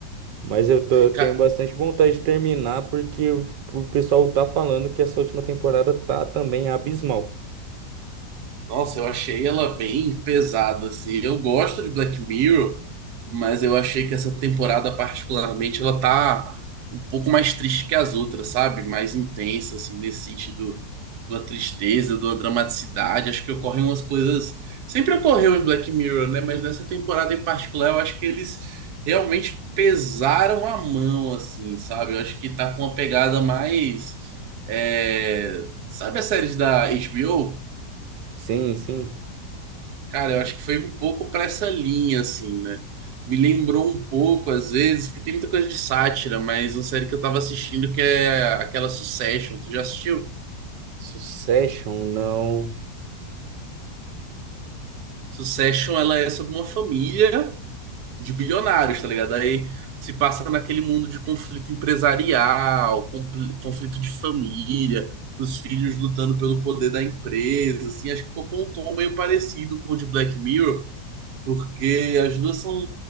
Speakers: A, on the right; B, on the right.
A: Mas eu, tô- eu
B: Ca-
A: tenho bastante vontade de terminar porque o o pessoal tá falando que essa última temporada tá também abismal.
B: Nossa, eu achei ela bem pesada, assim. Eu gosto de Black Mirror, mas eu achei que essa temporada, particularmente, ela tá um pouco mais triste que as outras, sabe? Mais intensa, assim, nesse sentido de uma tristeza, de uma dramaticidade. Acho que ocorrem umas coisas. Sempre ocorreu em Black Mirror, né? Mas nessa temporada em particular, eu acho que eles realmente pesaram a mão, assim, sabe? Eu acho que tá com uma pegada mais. é, Sabe as séries da HBO?
A: Sim, sim.
B: Cara, eu acho que foi um pouco pra essa linha, assim, né? Me lembrou um pouco, às vezes, porque tem muita coisa de sátira, mas uma série que eu tava assistindo que é aquela Succession. Tu já assistiu?
A: Succession, não.
B: Succession, ela é sobre uma família de bilionários, tá ligado? Aí se passa naquele mundo de conflito empresarial, compl- conflito de família, os filhos lutando pelo poder da empresa, assim, acho que ficou com um tom meio parecido com o de Black Mirror, porque as duas são